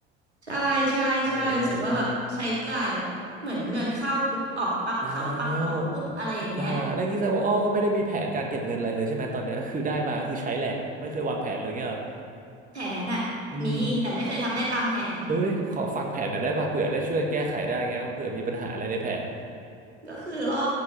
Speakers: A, on the right; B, on the right.
A: ใช่ใช่ใช่รู้สึกว่าแบบใช้จ่ายแบบเหมือนเงินเข้าปุ๊บออกปั๊บเข้าปั๊บออกปุ๊บอะไรอย่างเงี้ย
B: เออเออเอออ้าวอ่าแล้วงี้แสดงว่าอ้อก็ไม่ได้มีแผนการเก็บเงินอะไรเลยใช่ไหมตอนเนี้ยคือได้มาก็คือใช้แหลกไม่เคยวางแผนเลยเงี้ยเหรอ
A: แผนอะมีแต่ไม่เคยทำได้ตามแผน
B: อืมเอ้ยขอฟังแผนหน่อยได้ป่ะเผื่อได้ช่วยกันแก้ไขได้เงี้ยเผื่อมีปัญหาอะไรในแผน
A: ก็คืออ้อ